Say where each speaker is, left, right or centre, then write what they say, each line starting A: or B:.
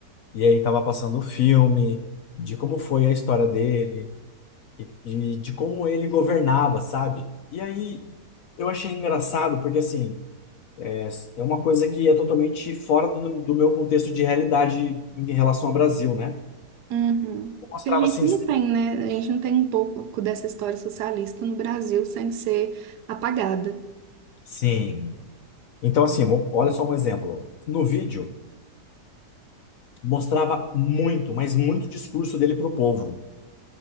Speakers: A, on the left; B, on the right.
A: e aí tava passando o filme de como foi a história dele e, e de como ele governava, sabe? E aí eu achei engraçado porque assim é, é uma coisa que é totalmente fora do, do meu contexto de realidade em relação ao Brasil, né?
B: Uhum.
A: mostrava
B: Porque a
A: assim,
B: gente não tem, né? A gente não tem um pouco dessa história socialista no Brasil sem ser apagada.
A: sim. Então assim, mo- olha só um exemplo. No vídeo mostrava muito, mas muito discurso dele pro povo.